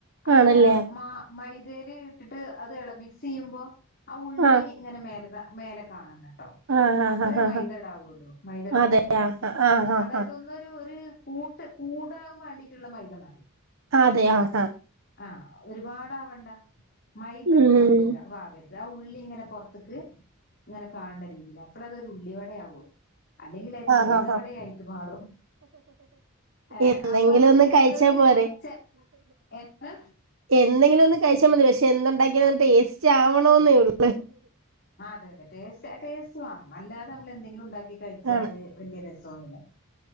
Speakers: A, on the left; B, on the right.
A: അതില്
B: ആണല്ലേ
A: മ മൈദല് ഇട്ടിട്ട് അത് ഇളമിക് ചെയ്യുമ്പോ ആ ഉള്ളി
B: ആഹ്
A: ഇങ്ങനെ മേലെ കാണ മേലെ കാണണ്ട
B: ആഹ് ആഹ്
A: അത്രേ
B: ആഹ്
A: മൈദടാവുള്ളൂ
B: ആഹ്
A: മൈദടാവുള്ളു
B: അതെ ആഹ് ആഹ്
A: അതായത്
B: ആഹ്
A: ഒന്നരു ഒരു കൂട്ട് കൂടാൻ വാണ്ടിയിട്ട്ള്ള മൈദ മതി
B: അതെ ആ ആ
A: ആ ഒരുപാടാവണ്ട മൈദ
B: ഉം
A: കൂടുതല് വാവര്ത് അതാ ഉള്ളി ഇങ്ങനെ പൊർ ക്ക് ഇങ്ങനെ കാണ്‌ണ രീതിയില് അപ്പള അതൊരു ഉള്ളിവടയാവൊള്ളു അല്ലെങ്കില് അത്
B: ആഹ്
A: മൈദവടയായിട്ട്
B: ആഹ് ആഹ്
A: മാറും ഏ
B: എന്തെങ്കിലും
A: അപ്പൊ അത്
B: ഒന്ന് കഴിച്ചാ
A: ചെലോര്
B: പോരെ
A: കൊറച്ച് എന്ത്
B: എന്തെങ്കിലും ഒന്ന് കഴിച്ചാ മതി പക്ഷെ എന്തുണ്ടാക്കിയ ഒരു ടേസ്റ്റ് ആവണോന്നേ ഒള്ളൂ
A: ആ അതെ അതെ ടേസ്റ്റ് ടേസ്റ്റ് റ്റ് വാണം അല്ലാതെ നമ്മള് എന്തെങ്കിലും ഉണ്ടാക്കി കഴിച്ചാല്
B: ആണ്
A: വലിയ രസ സൊന്നില്ല